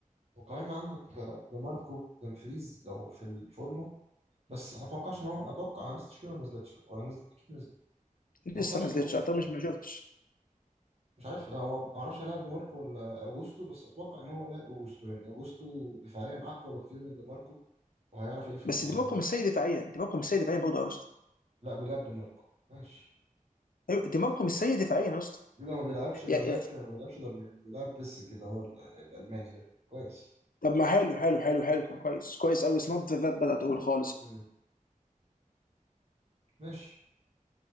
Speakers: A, on the right (about 45°); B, on the left (about 80°).
A: وكمان عندك آه، دي ماركو دمفريز لو في الفورمه بس ما اتوقعش ان هو اتوقع انا لسه التشكيله ما نزلتش ولا نزلت اكيد نزلت ما
B: لسه
A: اتوقعش
B: ما نزلتش
A: ان هو
B: اعتقد مش ما شفتش
A: مش عارف هو ما اعرفش هيلاعب دي ماركو ولا اجوستو بس اتوقع ان هو لاعب اجوستو لان اجوستو دفاعيا اقوى بكتير من دي ماركو وهيعرف يقفل
B: بس
A: مع
B: دماغكم
A: على مين
B: مش سيء دفاعيا دماغكم مش سيء دفاعيا برضه يا اسطى
A: لا بيلعب دي ماركو ماشي
B: ايوه دماغكم مش سيء دفاعيا يا اسطى
A: لو ما بيلعبش ما
B: يا-
A: بيلعبش
B: يا-
A: ما بيلعبش دارميان بيلعب بيسك اللي هو ال- الالماني ده كويس
B: طب ما حلو حلو حلو حلو كويس كويس قوي اتس نوت ذات باد اول خالص
A: مم. ماشي